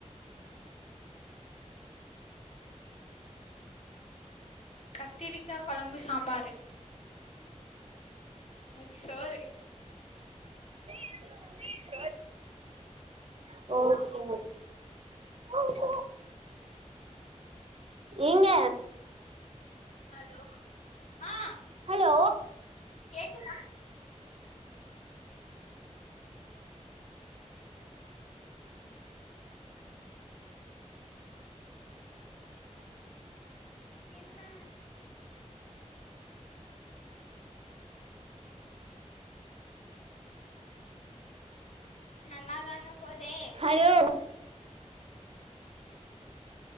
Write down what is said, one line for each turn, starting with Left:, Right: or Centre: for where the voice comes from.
Left: கத்திரிக்கா கொழம்பு சாம்பாரு சரி சோறு
Right: <inaudible> சோறு <inaudible> ஓகேங்க ஏங்க
Left: ஹலோ ஆ
Right: ஹலோ
Left: கேக்குதா இல்ல நல்லாதாங்க போது
Right: ஹலோ